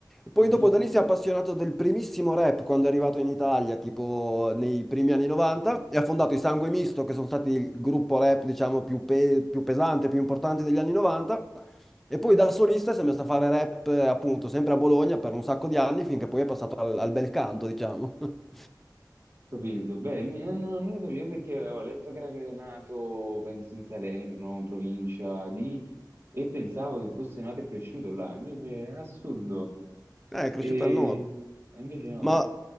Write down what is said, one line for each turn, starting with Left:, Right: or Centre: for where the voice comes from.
Centre: Poi
Right: Mhm,
Centre: dopo da lì si è appassionato del primissimo rap quando è arrivato in Italia, tipo nei primi anni 90, e ha fondato i Sangue Misto, che sono stati il gruppo rap, diciamo, più pe- più pesante, più importante degli anni 90. E poi da solista si è messo a fare rap, eh, appunto, sempre a Bologna per un sacco di anni, finché poi è passato al, al bel canto, diciamo. <laughs>
Right: Capito, beh, mi- non, non- non lo sapevo perché avevo letto che era nato, penso, in Salerno, provincia di, e pensavo che fosse nato e cresciuto là, invece è assurdo.
Centre: Eh, è cresciuto
Right: E
Centre: al nord.
Right: e invece no.
Centre: Ma,